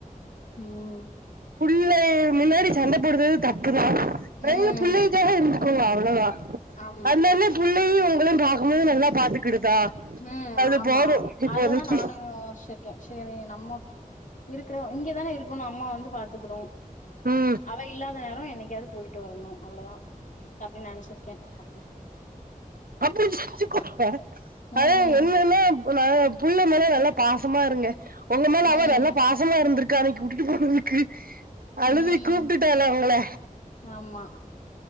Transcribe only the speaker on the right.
புள்ளே முன்னாடி சண்ட போடுறது தப்புதா நம்மளு
புள்ளைக்காக இருக்கு அவ்ளோதா
அந்தாலே புள்ளையு உங்களையு பாக்கும்போது நல்லா பாத்துக்கிடுதா
அது
போது இப்போதைக்கு
ம்
அப்டி செஞ்சுகோங்க
அதே என்னன்னா நா புள்ள மேல நல்ல பாசமா இருங்க உங்க மேல
அவ நல்ல பாச ஷ்டமா இருந்திருக்கா அன்னைக்கு வுட்டுட்டு போனதுக்கு அழுது
கூப்ட்டுட்டால வுங்கள